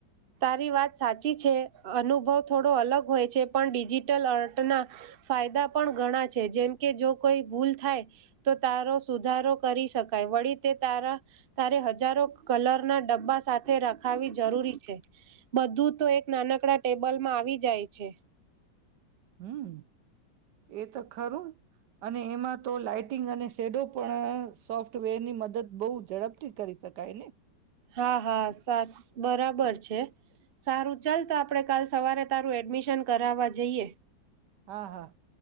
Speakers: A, on the right; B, on the right.
A: તારી વાત સાચી છે, અનુભવ થોડો અલગ હોય છે. પણ ડિજિટલ અર્ટના ફાયદા પણ ઘણા છે. જેમ કે જો કોઈ ભૂલ થાય, તો તારો સુધારો કરી શકાય. વળી તે તારા તારે હજારો કલરના ડબ્બા સા થે રખાવવી જરૂરી છે. બધું તો એક નાનકડા ટેબલમાં આવી જાય છે.
B: હમ. એ તો ખરું. અને એમાં તો લાાઈટિંગ અને શેડો પણ સોફ્ટવેરની મદદ બહુ ઝડપથી કરી સકાય ને!
A: હા હા. સા બરાબર છે. સારું ચાલ તો આપણેે કાલ સવારે તારું એડમિશન કરાવવા જઈએ.
B: હા હા.